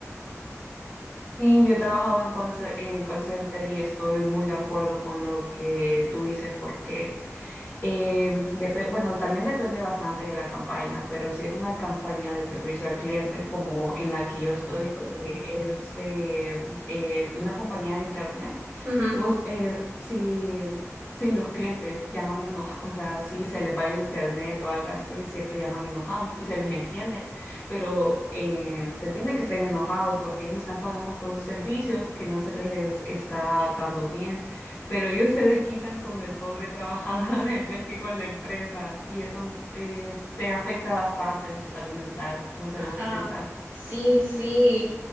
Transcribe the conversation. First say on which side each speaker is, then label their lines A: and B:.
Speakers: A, on the left (about 45°); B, on the right (about 20°).
A: Sí, yo he trabajado en, conce- en call center y estoy muy de acuerdo con lo que tú dices porque, eh, depe- bueno, también depende bastante de la campaña, pero si es una campaña de servicio al cliente como en la que yo estoy, que es de, eh, de una compañía de internet.
B: Ujú.
A: Vos, eh, si, si los clientes llaman enojados, o sea, si se les va el internet o algo así, siempre llaman enojados y se les entiende, pero eh, se entiende que estén enojados porque ellos están pagando por un servicio que no se les está dando bien, pero ellos se desquitan con el pobre trabajador <laughs> en vez que con la empresa y eso eh, te afecta bastante en tu salud mental. No sé
B: Ajá.
A: vos qué pensás.
B: Sí, sí.